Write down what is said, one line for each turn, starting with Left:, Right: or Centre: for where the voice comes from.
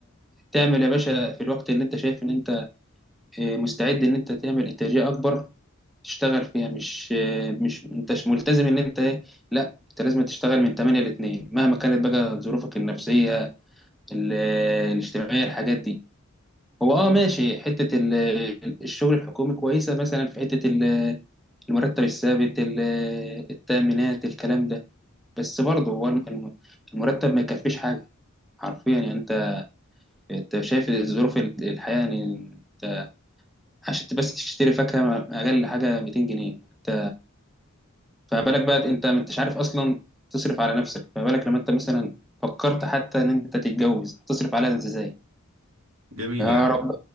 Centre: تعمل يا باشا في الوقت اللي أنت شايف إن أنت آه، مستعد إن أنت تعمل إنتاجية أكبر تشتغل فيها مش آه، مش أنتش ملتزم إن أنت إيه، لا أنت لازم تشتغل من 8 ل 2 مهما كانت بقى ظروفك النفسية ال- الاجتماعية الحاجات دي هو اه ماشي حتة ال- الشغل الحكومي كويسة مثلا في حتة ال- المرتب الثابت ال- التأمينات الكلام ده بس برضه هو الم- المرتب ما يكفيش حاجة حرفيا يعني انت انت شايف ظروف ال- الحياة يعني انت عشان بس تشتري فاكهة اقل حاجة 200 جنيه انت فما بالك بقى انت ما انتش عارف اصلا تصرف على نفسك فما بالك لما انت مثلا فكرت حتى ان انت تتجوز تصرف عليها ازاي
Right: جميل
Centre: يا
Right: يا عم
Centre: رب